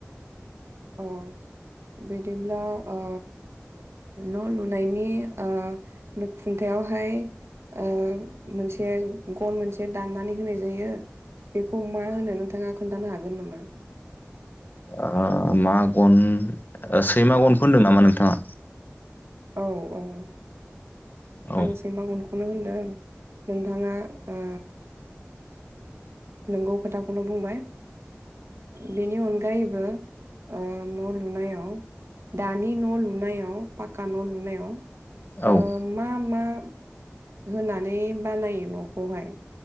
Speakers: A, on the right; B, on the left.
A: अ बिदिब्ला ओ न' लुनायनि खुन्थायावहाय ओ मोनसे गन मोनसे दाननानै होनाय जायो बेखौ मा होनो नोंथाङा खोन्थानो हागोन नामा
B: ओ मा गन सैमा गनखौ होनदों नामा नोंथाङा
A: औ-औ
B: औ
A: आं सैमा गनखौनो होनदों नोंथाङा ओ नोंगौ खोथाखौनो बुंबाय बेनि अनगायैबो ओ न' लुनायाव दानि न' लुनायाव पाक्का न' लुनायाव
B: औ
A: ओ मा मा होनानै बानायो न'खौहाय